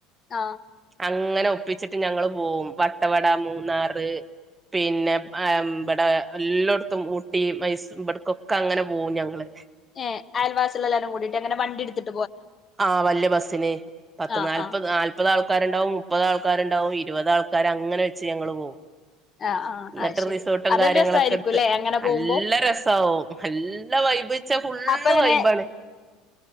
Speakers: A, on the left; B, on the right.
A: ആ
B: അങ്ങനെ ഒപ്പിച്ചിട്ട് ഞങ്ങൾ പോകും വട്ടവട മൂ മൂന്നാറ്, പിന്നെ ഇവടെ എല്ലോട്ത്തും ഊട്ടി, മൈസു ഇവട്ക്കൊക്കെ അങ്ങനെ പോവും ഞങ്ങള്.
A: ഏ ആൽവാസിയേളല്ലാരും കൂടിയിട്ട് എങ്ങനെ വണ്ടി ഇട്ത്ത്
B: ആ വല്യ ബസിന്, പത്ത്
A: ആഹ്
B: നാല്പത്
A: ആഹ്
B: നാല്പത് ആൾ ആൾക്കാരുണ്ടാവും മുപ്പത് ആൾകാരുണ്ടാവും ഇരുപത് ആൾക്കാർ അങ്ങനെ വെച്ച് ഞങ്ങൾ പോകും
A: ആഹ് ആഹ്
B: ഇന്നട്ട്
A: അത് ശരി
B: റിസോർട്ടും
A: അതൊരു
B: കാര്യങ്ങളൊക്കെ
A: രസായിരിക്കുംല്ലേ
B: ഇട്ത്ത്
A: അങ്ങനെ
B: നല്ല
A: പോകുമ്പോ
B: രസാവും നല്ല വൈബ്ച്ച ഫുള്ള്
A: അപ്പൊ എങ്ങനെ
B: വൈബാണ്.